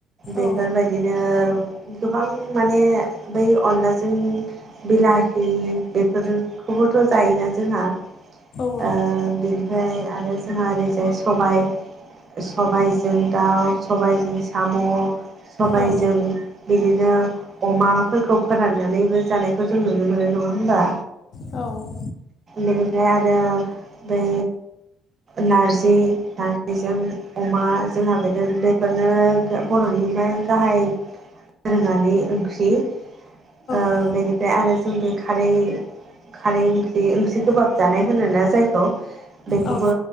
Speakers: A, on the right; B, on the left.
A: बेफोरबायदिनो
B: औ
A: गोबां माने बै अनलाजों बिलाहि बेफोरखौबोथ' जायोना जोंहा
B: औ
A: ओ बेनिफ्राय आरो जोंहा ओरैजाय सबाय सबाय जों दाउ सबायजों साम' सबायजों
B: औ
A: बिदिनो अमाफोरखौ फोराननानैबो जानायखौ जों नुनो मोनो नङा होमबा
B: औ
A: बेनिफ्राय आरो बै नारजि नारजिजों अमा जोंहा बेनो बेफोरनो बर'नि गाहाय दोरोङारि ओंख्रि ओ
B: औ
A: बेनि ओमफ्राय आरो जों बे खारै खारै ओंख्रि ओंख्रि गोबाब जानाय होनोना जायखौ बेखौबो
B: औ